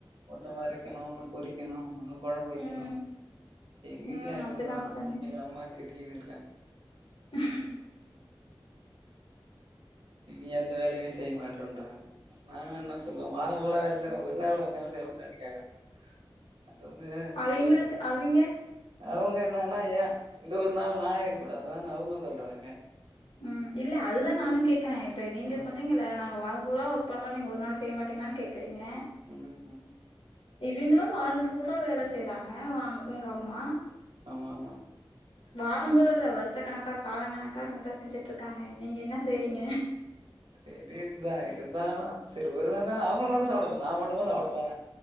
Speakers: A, on the right (about 70°); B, on the left (about 80°).
A: ஒன்னு வரைக்கணு, ஒன்னு பொரிக்கணு ஒன்னு கொழம்ப் வெக்கணு
B: ம்
A: எங்க வீட்லயு
B: ம்
A: அதே
B: அப்டிதா
A: தா
B: பண்ணுச்சு
A: எங்கம்மா திட்டீனுருக்காங்க
B: ஹம்
A: நீ எந்த வேலய்மே செய்ய மாட்டன்ற நாங்க என்ன சொல்லுவோ வாரோ ஃபுல்லா வேல செய்றோ ஒரு நாள்ல உன்னால செய்ய முடியாதுனு கேக்கறாங் அது வந்து இப்டி
B: அவிங்களுக்கு
A: பேசர்ன்
B: அவிங்க
A: அவங்க என்னன்னா ஏ இந்த ஒரு நாள் நா இருக்க கூடாதான் அவங்க சொல்றாங்க
B: ம் இல்ல அது தா நானு கேக்கறே இப்ப நீங்க
A: ம்
B: சொன்னீங்கல்ல நாங்க வாரம் பூரா வொர்க் பண்றோ நீங்க ஒரு நாள் செய்யமாட்டீங்களானு கேக்கறீங்க
A: ம் ம்
B: இவிங்களு வாரம் பூரா வேல செய்யறாங்க வாங் உங்கம்மா
A: ஆமா ஆமா
B: வாரம் பூரா இல்ல வர்ஷ கணக்கா காலங்கணக்கா இவுங்க தா செஞ்சிட்ருக்காங்க நீங்க என்ன செய்றீங்க
A: தெரியுதுதா இருந்தாலு செரி ஒரு நாள் தான அவுங்கள தானே சாப்டபோறே நா மட்டுமா சாப்டபோறே